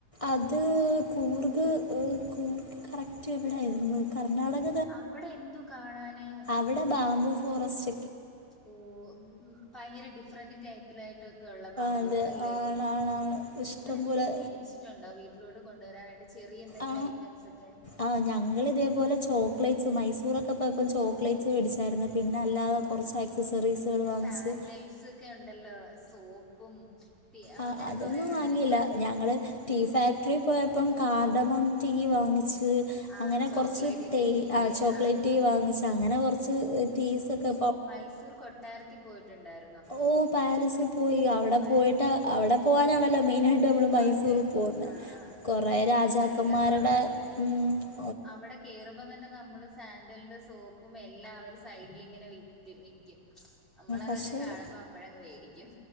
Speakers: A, on the left (about 25°); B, in the centre.
A: അത് കൂർഗ് കൂർഗ്കറക്റ്റ് എവിടൊയിരുന്നു കർണാടക
B: അവിടെ എന്തു കാണാന്
A: അവിടെ ബാബു ഫോറസ്റ്റ്
B: ഓ മം ഭയങ്കര ഡിഫ്റന്റെ ടൈപ്പിലായിട്ടോക്കെള്ള ബാബുസ്
A: അത്
B: ലനിങ്ങൾഎന്തെങ്കിലും
A: ആണാണാണ് ഇഷ്ടംപോലെ
B: മേടിച്ചിട്ടുണ്ടോ വീട്ടിലോട്ട് കൊണ്ടുവരാനായിട്ട് ചെറിയ എന്തെങ്കിലും
A: ആ
B: ഐറ്റംസ് ഒക്കെ
A: ആ ഞങ്ങൾ ഇതേപോലെ ചോക്ലേറ്റ്സ് മൈസൂർൊക്കെ ഇപ്പ ചോക്ലേറ്റ്സ് മേടിച്ചായിരുന്നു പിന്നെ അല്ലാതെ കുറച്ച് ആക്സസറീസുകൾ
B: പിന്നെ
A: വാങ്ങിച്ച്
B: സാൻഡൽസ് ഒക്കെ ഉണ്ടല്ലോ സോപ്പും
A: ആ
B: അങ്ങനെയൊക്കെ
A: അതൊന്നും
B: കുറ ഉണ്ട്
A: വാങ്ങിയില്ല
B: നിങ്ങള്
A: ഞങ്ങൾ ടീ ഫാക്ടറിൽ പോയപ്പം കാർഡമോം ടീ വാങ്ങിച്ച്
B: ആ
A: അങ്ങനെ
B: ചോക്ലേറ്റിന്റെ
A: കുറച്ച് തേ
B: ടീയ്
A: ചോക്ലേറ്റ്
B: ആ
A: വാങ്ങിച്ച അങ്ങനെ കുറച്ച് ടീസ്ക്കെ
B: മൈസൂർ കൊട്ടാരത്തിൽ പോയിട്ടുണ്ടായിരുന്നു
A: ഓ പാലസിൽ പോയി അവിടെ
B: പോയായിരുന്നല്ലേ
A: പോയിട്ട് അവിടെ പോവാനാണല്ലോ മെയിൻ ആയിട്ട് നമ്മള് മൈസൂർ
B: അതെ
A: പോകുന്ന
B: ആ ആ
A: കൊറേ രാജാക്കന്മാരുടെ
B: നല്ലതാ അവിടെക്കെ
A: മം
B: അവിടെ കേറുമ്പോ തന്നെ നമ്മള് സാന്ൻഡലിന്റെ സോപ്പും എല്ലാം അവര് സൈഡിലിങ്ങനെ വി വിൽക്കും നമ്മള് അതൊക്കെ
A: പക്ഷേ
B: കാണുമ്പോ അപ്പഴങ്ങ് മേടിക്കും